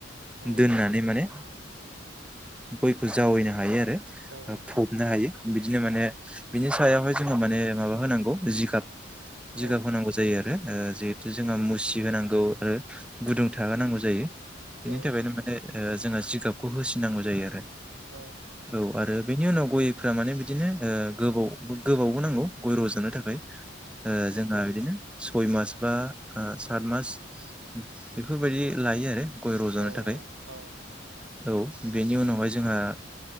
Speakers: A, on the right; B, in the centre.
A: औ
B: दोननानै माने गयखौ जावैनो हायो आरो
A: जावैयो
B: फबनो हायो बिदिनो माने बिनि सायावाय जोङो माने माबा होनांगौ जिगाब जिगाब
A: औ
B: होनांगौ जायो आरो जिहेथु जोंहा मुसि होनोनांगौ आरो गुदुं थाहोनांगौ जायो बेनि
A: औ
B: थाखायनो माने जोङो जिगाबखौ होसिनांगौ जायो आरो
A: औ
B: औ आरो बेनि उनाव गयफ माने बिदिनो गोबाव गोबावबो नांगौ गय रजनो थाखाय जोंहा बिदिनो सय मास बा सात मास बेफोरबायदि लायो आरो गय रज'ानो
A: औ
B: थाखाय
A: औ
B: औ बेनि उनावहाय जोंहा